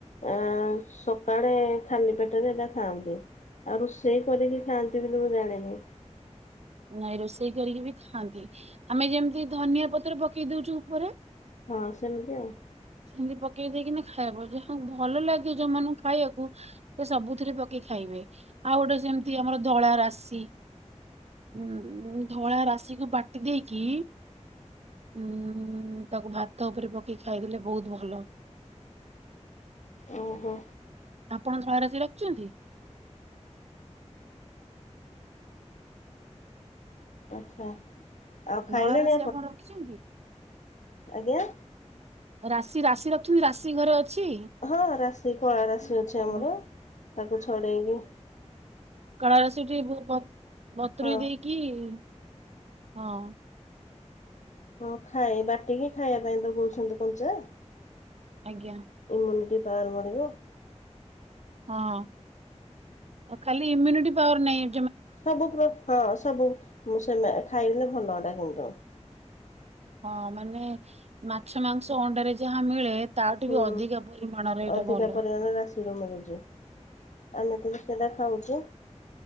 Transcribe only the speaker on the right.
ନାଇଁ ରୋଷେଇ କରିକି ବି ଖାଆନ୍ତି ଆମେ ଯେମିତି ଧନିଆ ପତ୍ର ପକେଇଦଉଚୁ ଉପରେ।
ସେମିତି ପକେଇି ଦେଇକି ନି ଖାଇବ ଯାହାକୁ ଭଲ ଲାଗେ ଯୋଉମାନଙ୍କୁ ଖାଇବାକୁ। ସେ ସବୁଥିରେ ପକେଇ ଖାଇବେ ଆଉ ଗୋଟେ ସେମିତି ଆମର ଧଳା ରାଶି। ଉ ଧଳା ରାଶିକୁ ବାଟି ଦେଇକି। ଉଁ ତାକୁ ଭାତ ଉପରେ ପକେଇ ଖାଇଦେଲେ ବହୁତ୍ ଭଲ।
ଆପଣ ଧଳାରାଶି ରଖିଚନ୍ତି?
ଧଳାରାଶି ଆପଣ ରଖିଛନ୍ତି?
ରାଶି ରାଶି ରଖିଛନ୍ତି ରାଶି ଘରେ ଅଛି।
ଓହୋ
କଳାରାଶି ଟେ ବତୁରେଇ
ଦେଇକି ହଁ।
ଆଜ୍ଞା।
ହଁ ଖାଲି ଇମ୍ୟୁନିଟି ପାୱାର ନାଇଁ।
ହଁ ମାନେ ମାଛ, ମାଂସ, ଅଣ୍ଡାରେ ଯାହା ମିଳେ। ତାଠୁ
ବି ଅଧିକା ପରିମାଣରେ ଏଇଟା
ଭଲ